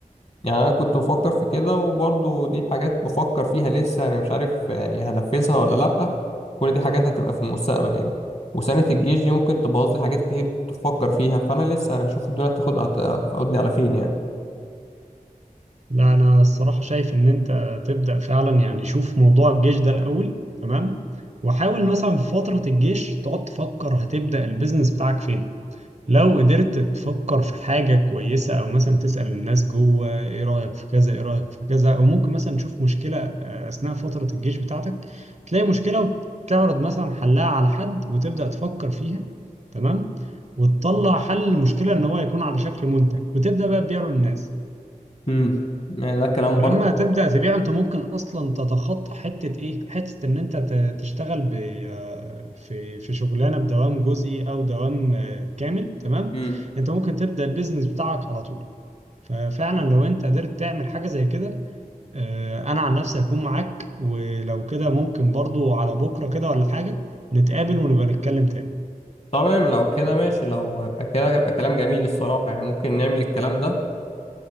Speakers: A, on the left; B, on the right.
A: يعني انا كنت بفكر في كده وبرضه دي حاجات بفكر فيها لسه يعني مش عارف يعني هنفذها ولا لأ كل دي حاجات هتبقى في المستقبل يعني وسنة الجيش دي ممكن تبوظ لي حاجات كتير كنت بفكر فيها فانا لسه انا هشوف الدنيا هتاخد هت- هتاخدني على فين يعني
B: لا أنا الصراحة شايف إن أنت تبدأ فعلا يعني شوف موضوع الجيش ده الأول تمام وحاول مثلا في فترة الجيش تقعد تفكر هتبدأ البيزنس بتاعك فين لو قدرت تفكر في حاجة كويسة أو مثلا تسأل الناس جوه إيه رأيك في كذا إيه رأيك في كذا أو ممكن مثلا تشوف مشكلة آه، أثناء فترة الجيش بتاعتك تلاقي مشكلة وتعرض مثلا حلها على حد وتبدأ تفكر فيها تمام وتطلع حل المشكلة إن هو يكون على شكل منتج وتبدأ بقى تبيعه للناس
A: امم يعني ده كلام
B: فلما
A: برضه
B: تبدأ تبيع انت ممكن اصلا تتخطى حتة ايه حتة ان انت ت- تشتغل ب آه، في في شغلانة بدوام جزئي او دوام آه، كامل تمام
A: امم
B: انت ممكن تبدأ البيزنس بتاعك على طول ففعلا لو انت قدرت تعمل حاجة زي كده آه، انا عن نفسي هكون معاك ولو كده ممكن برضو على بكرة كده ولا حاجة نتقابل ونبقى نتكلم تاني
A: تمام لو كده ماشي لو هيبقى كده هيبقى كلام جميل الصراحة يعني ممكن نعمل الكلام ده